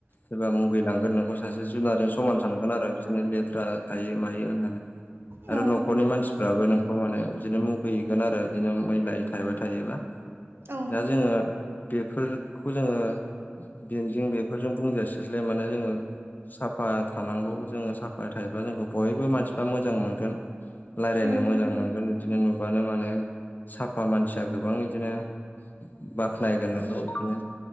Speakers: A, on the left (about 45°); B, on the right (about 65°).
A: सोरबा मुगै लांगोन नोंखौ सासे जुनारनि समान थानांगोन आरो बिदिनो लेथ्रा थायो मायो होननानै
B: औ
A: आरो न'खरनि मानसिफ्राबो नोंखौ माने बिदिनो मुगै गोन आरो बिदिनो मैलायै थाबाय थायोबा।
B: औ
A: दा जोंङो बेफोरखौबो जोंङो बे जों बेफोरजों बुंजास्लायस्लाय माने जोंङो साफा थानांगौ जोंङो साफायै थायोब्लाा जोंखौ बयबो मानसिफ्रा मोजां मोनगोन लायरायनो
B: उम
A: मोजां मोनगोन बिदिनो नुबानो मानो साफा मानसिया गोबां बिदिनो बाखोनाय गोन नोंखौ इदिनो